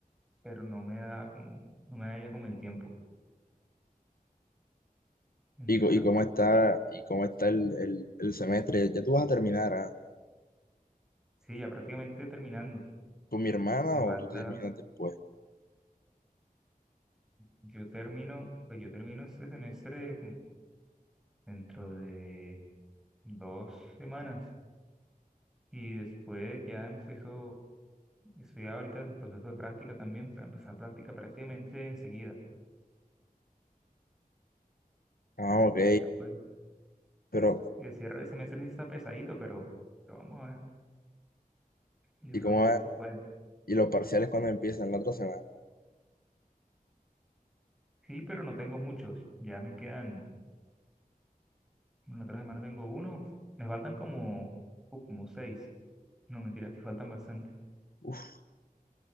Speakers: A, in the centre; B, on the left.
A: pero no me da como, no me da ya como el tiempo entre
B: ¿Y, co-
A: tantas
B: y cómo está,
A: cosas.
B: y cómo está el, el- el semestre? ¿Ya tú vas a terminar, ah?
A: Sí, ya prácticamente terminando.
B: con mi hermana
A: Me falta,
B: o tú terminas después?
A: yo termino, pues yo termino este semestre como dentro de dos semanas. Y después ya empezó, estoy ahorita en proceso de práctica también, para empezar práctica prácticamente enseguida.
B: Ah,
A: Entonces,
B: ok.
A: pues
B: Pero,
A: Y el cierre de semestre sí está pesadito, pero, pero vamos a ver. Yo
B: ¿y
A: creo
B: cómo
A: que
B: va?
A: sí se puede.
B: ¿Y los parciales cuando empiezan la otra semana?
A: Sí, pero no tengo muchos. Ya me quedan, en la otra semana tengo uno. Me faltan como, uh, como seis. No, mentira, sí faltan bastante.
B: Uf.